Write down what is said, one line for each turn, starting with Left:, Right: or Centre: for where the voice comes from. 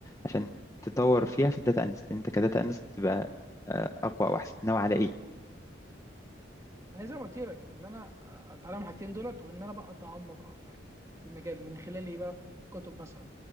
Left: عشان تطور فيها في الداتا انست انت كداتا انست تبقى آه، اقوى واحسن ناوي على ايه
Right: ما هي زي ما قلت لك اللي انا اتعلم الحاجتين دولت وان انا بقى اتعمق اكتر في المجال من خلال ايه بقى الكتب مثلا